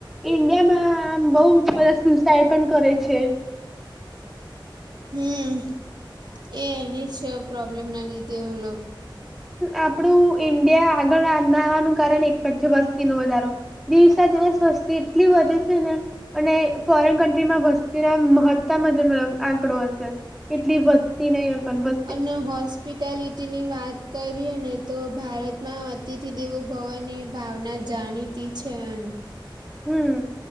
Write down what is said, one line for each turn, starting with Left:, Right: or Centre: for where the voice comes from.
Centre: ઇન્ડિયામાં આમ બઉ બધા સુસાઈડ પણ કરે છે.
Right: હમ એ એની જ પ્રોબ્લેમ ના લીધે મતલબ
Centre: આપડું ઈન્ડિયા આગળ ના આવવાનું કારણ એક જ છે વસ્તીનો વધારો દિવસે દિવસ વસ્તી એટલી વધે છે ને અને ફોરેન કન્ટ્રીમાં વસ્તીના મહત્તામ જ આંકડો હશે. એટલી વધતી નઈ એ પન.
Right: અને હોસ. પિતાલીટીની વાત કરીએ ને તો ભારતમાં અતિથિ દેવો ભવોની ભાવના જાણી. ટી છે એમ.
Centre: હમ